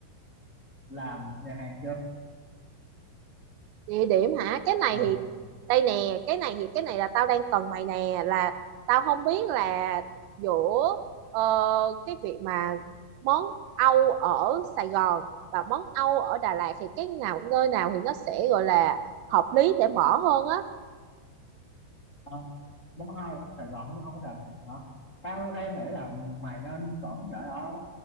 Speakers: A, on the left; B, on the right.
A: làm nhà hàng chưa
B: địa điểm hả cái này
A: ừ
B: thì đây nè cái này thì cái này là tao đang cần mày nè là tao không biết là giữa ờ, cái việc mà món Âu ở Sài Gòn và món Âu ở Đà Lạt thì cái nào nơi nào thì nó sẽ gọi là hợp lý để mở hơn á
A: ờ, món Âu ở Sài Gòn hay món Âu ở Đà Lạt hả tao đang nghĩ là mày nên vẫn để ở